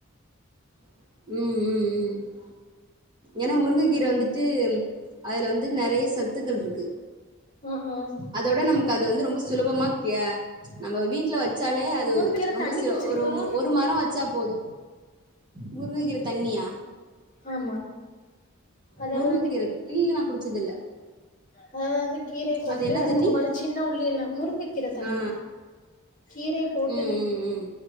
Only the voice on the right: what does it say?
ம் ம் ம் ஏனா முருங்க கீர வந்துட்டு அதுல வந்து நறைய சத்துக்கள்ருக்கு
அதோட நமக்கு அது வந்து ரொம்ப சுலபமா ய நம்ம வீட்ல வெச்சாலே அது
ரொம்ப
சியொ
ஒரும் ஒரு மரோ வெச்சா போது முருங்ககீர தண்ணியா
முருங்கக்கீர இல்ல நா குடிச்சதில்ல
அது என்ன
தண்ணி
ஆ
ம்
ம்